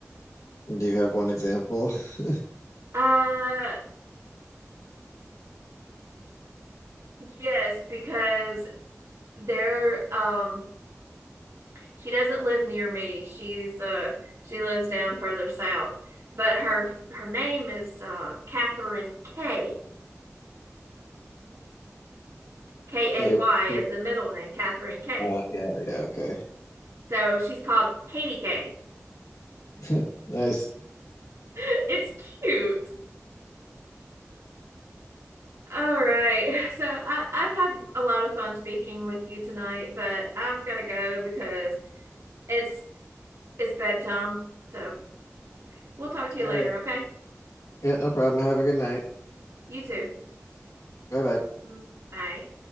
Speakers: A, on the left; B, on the right.
A: do you have one example? <laughs>
B: uh, yes, because they're um she doesn't live near me. She's uh she lives down further south, but her her name is uh Catherine K. K
A: Okay.
B: A Y
A: okay,
B: as the middle name, Catherine K
A: Uh, yeah, yeah, okay.
B: So she's called Katie K.
A: <laughs> Nice.
B: <laughs> It's cute. All right. <laughs> So I, I've had a lot of fun speaking with you tonight, but I've got to go because it's it's bedtime. So we'll talk to
A: All
B: you later,
A: right.
B: okay?
A: Yeah, no problem. Have a good night.
B: You too.
A: Bye bye.
B: Mm, Bye.